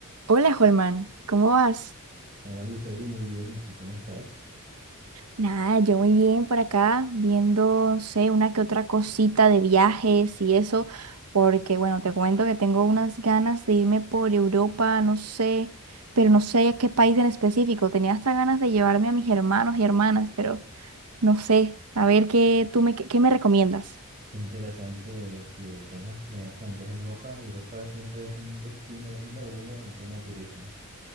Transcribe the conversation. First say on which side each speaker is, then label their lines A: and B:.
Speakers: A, on the right; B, on the right.
A: Hola, Holman, ¿cómo vas?
B: Hola Lucely, muy bien. ¿Y tú cómo estás?
A: Nada, yo muy bien por acá, viendo, no sé, una que otra cosita de viajes y eso, porque bueno, te cuento que tengo unas ganas de irme por Europa, no sé, pero no sé a qué país en específico. Tenía hasta ganas de llevarme a mis hermanos y hermanas, pero no sé, a ver qué tú me, qué, qué me recomiendas.
B: Qué interesante que tengas planeado como un viaje a Europa. Europa siempre es un destino número uno en tema de turismo.